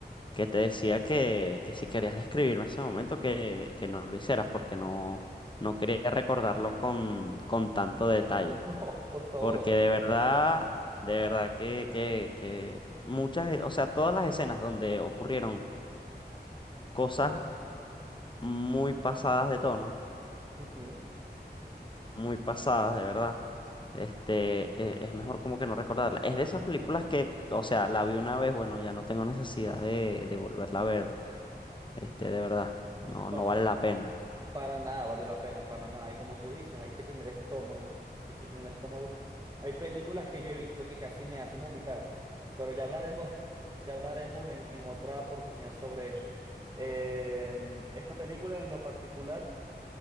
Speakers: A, on the left; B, on the right.
A: que te decía que, que si querías describirme ese momento, que, que no lo hicieras, porque no, no quería recordarlo con, con tanto detalle.
B: No, por favor.
A: Porque de verdad, de verdad que, que, que muchas, o sea, todas las escenas donde ocurrieron cosas muy pasadas de tono
B: Ujú.
A: muy pasadas, de verdad. Este, e- es mejor como que no recordarla. Es de esas películas que, o sea, la vi una vez, bueno, ya no tengo necesidad de, de volverla a ver, este, de verdad. No,
B: No,
A: no vale la pena.
B: para nada vale la pena, para nada. Y como tú dices, hay que tener estómago, hay que tener estómago. Hay películas que yo he visto que casi me hacen vomitar, pero ya hablaremos, <laughs> ya hablaremos en, en otra oportunidad sobre eso. Em, esta película en lo particular...